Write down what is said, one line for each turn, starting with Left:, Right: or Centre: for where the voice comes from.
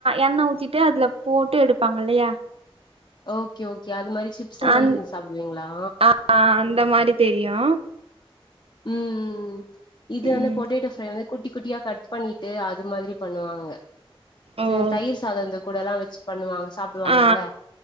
Right: எண்ணெ ஊத்திட்டு அதுல போட்டு எடுப்பாங்க இல்லையா
Left: ஓகே ஓகே அது மாரி சிப்ஸ் மாரி
Right: அந்
Left: செஞ்சி சாப்டுவீங்ளா
Right: ஆ அந்த மாரி தெரியு
Left: ம் ம் ம் இது
Right: ம்
Left: வந்து பொட்டேட்டோ ஃப்ரை வந்து குட்டி குட்டியா கட் பண்ணிட் ட்டு அது மாதிரி பண்ணுவாங்க
Right: ஓ
Left: சே தயிர் சாதந்து கூடாலா வெச்சு பண்ணுவாங்க சாப் சொவாங்கல்ல
Right: ஆ